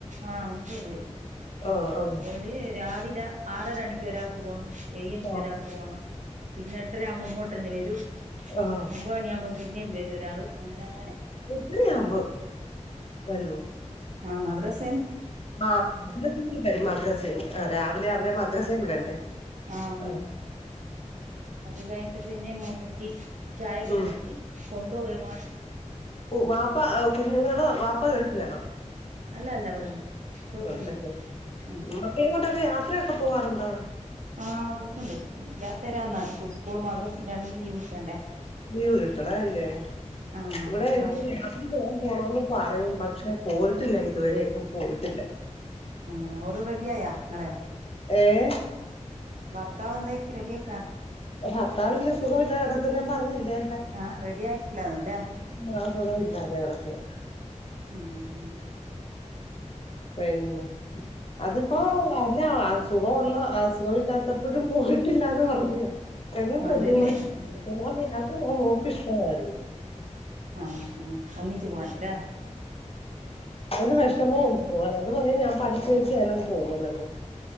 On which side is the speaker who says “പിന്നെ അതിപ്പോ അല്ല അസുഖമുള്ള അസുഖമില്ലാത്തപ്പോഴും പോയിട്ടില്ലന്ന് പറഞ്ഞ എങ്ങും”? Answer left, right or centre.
Left